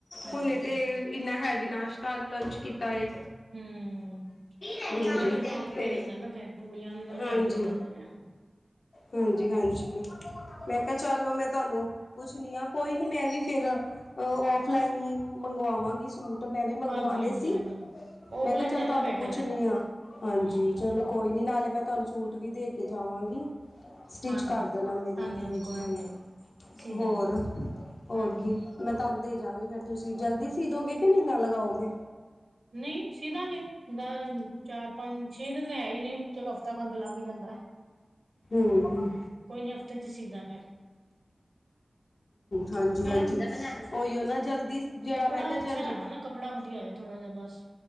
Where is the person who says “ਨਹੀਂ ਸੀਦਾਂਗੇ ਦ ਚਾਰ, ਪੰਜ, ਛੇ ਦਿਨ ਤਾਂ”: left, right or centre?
Right